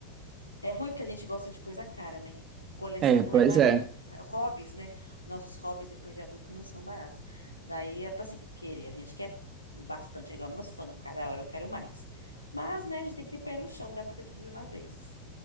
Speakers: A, on the left; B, on the right.
A: É ruim porque a gente gosta de coisa cara, né? Coleção
B: É,
A: não
B: pois
A: é barato.
B: é.
A: Hobbies, né? Nossos hobbies depois de adulto não são baratos. Daí é pra assim, querer. A gente quer bastante, é igual meus fãs. Cada hora eu quero mais. Mas, né, a gente tem que ter pé no chão, dá pra ter tudo de uma vez.